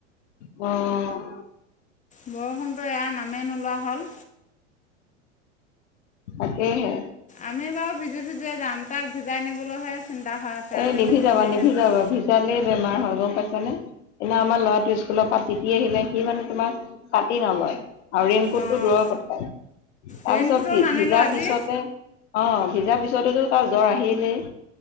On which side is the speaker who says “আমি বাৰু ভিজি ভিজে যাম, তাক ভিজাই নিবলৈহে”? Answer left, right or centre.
Left